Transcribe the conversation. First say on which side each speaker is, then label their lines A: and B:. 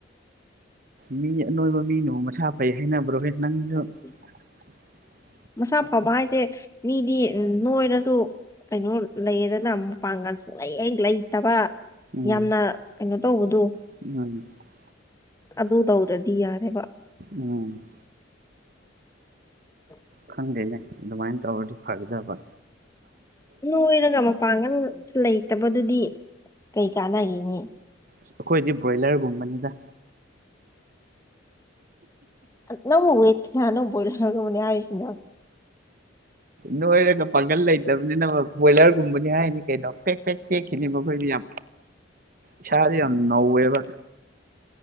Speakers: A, on the right; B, on the left.
A: ꯃꯤ ꯑꯅꯣꯏꯕ ꯃꯤꯅꯕꯨ ꯃꯁꯥ ꯐꯩ ꯍꯥꯏꯅꯕ꯭ꯔꯣꯍꯦ ꯅꯪꯁꯨ
B: ꯎꯝ
A: <inaudible>
B: ꯃꯁꯥ ꯐꯕ ꯍꯥꯏꯁꯦ ꯃꯤꯗꯤ ꯎꯝ ꯅꯣꯏꯔꯁꯨ ꯀꯩꯅꯣ ꯂꯩꯌꯦꯗꯅ ꯃꯄꯥꯡꯒꯥꯟ ꯁꯨꯡꯂꯩꯍꯦꯛ ꯂꯩꯇꯕ
A: ꯎꯝ
B: ꯌꯥꯝꯅ ꯀꯩꯅꯣ ꯇꯧꯕꯗꯣ
A: <unintelligible>
B: ꯑꯗꯨ ꯇꯧꯗ꯭ꯔꯗꯤ ꯌꯥꯔꯦꯕ
A: ꯎꯝ
B: <inaudible>
A: ꯈꯟꯒꯅꯦ ꯑꯗꯨꯃꯥꯏꯅ ꯇꯧꯔꯗꯤ ꯐꯥꯒꯗꯕ
B: ꯅꯨꯏꯔꯒ ꯃꯄꯥꯡꯒꯜ ꯂꯩꯇꯕꯗꯨꯗꯤ ꯀꯩ ꯀꯥꯟꯅꯒꯅꯤ
A: ꯑꯩꯈꯣꯏꯗꯤ ꯕ꯭ꯔꯣꯏꯂꯔꯒꯨꯝꯕꯅꯤꯗ
B: ꯅꯪꯕꯨ ꯋꯦꯏꯠ ꯀꯌꯥꯅꯣ ꯕꯣꯏꯂꯔꯔꯒꯅꯤ ꯍꯥꯏꯁꯤꯅ
A: ꯅꯣꯏꯔꯒ ꯄꯥꯡꯒꯜ ꯂꯩꯇꯕꯅꯤꯅ ꯕꯣꯏꯂꯔꯒꯨꯝꯕꯅꯤ ꯍꯥꯏꯅꯤ ꯀꯩꯅꯣ ꯄꯦꯛ ꯇꯦꯈꯤꯅꯤꯕꯥ ꯑꯩꯈꯣꯏꯗꯤ ꯌꯥꯝ ꯏꯁꯥꯥꯁ ꯌꯥꯝ ꯅꯧꯋꯦꯕ